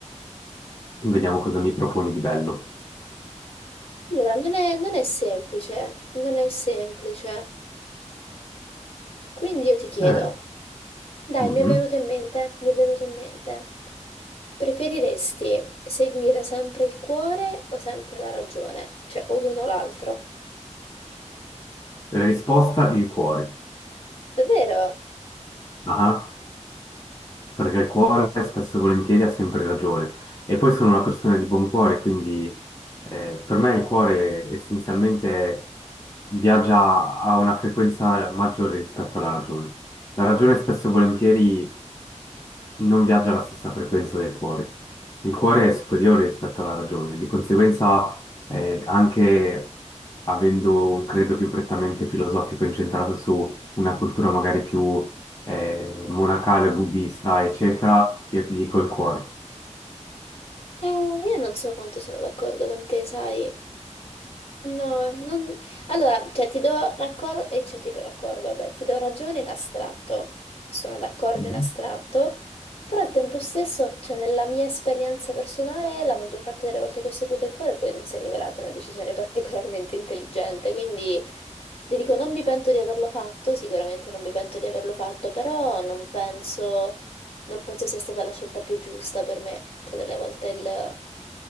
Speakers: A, on the left; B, on the left.
A: vediamo cosa mi proponi di bello.
B: Allora, non è, non è semplice, non è semplice. Quindi io ti chiedo,
A: Eh,
B: dai,
A: mhm.
B: mi è venuto in mente, mi è venuto in mente, preferiresti seguire sempre il cuore o sempre la ragione? Cioè, o l'uno o l'altro?
A: Risposta il cuore.
B: Davvero?
A: Ah, perché il cuore spesso e volentieri ha sempre ragione. E poi sono una persona di buon cuore, quindi eh, per me il cuore essenzialmente viaggia a una frequenza maggiore rispetto alla ragione. La ragione spesso e volentieri non viaggia alla stessa frequenza del cuore. Il cuore è superiore rispetto alla ragione, di conseguenza, eh, anche avendo un credo più prettamente filosofico incentrato su una cultura magari più eh, monacale, buddista, eccetera, io ti dico il cuore.
B: Eh, io non so quanto sono d'accordo con te, sai. No, non... Allora, cioè, ti do raccordo, e cioè, ti do raccordo, vabbè, ti do ragione in astratto, sono d'accordo
A: Mhm.
B: in astratto, però al tempo stesso, cioè, nella mia esperienza personale, la maggior parte delle volte che ho seguito il cuore poi non si è rivelata una decisione <laughs> particolarmente intelligente, quindi ti dico, non mi pento di averlo fatto, sicuramente non mi pento di averlo fatto, però non penso non penso sia stata la scelta più giusta per me. Cioè, delle volte il,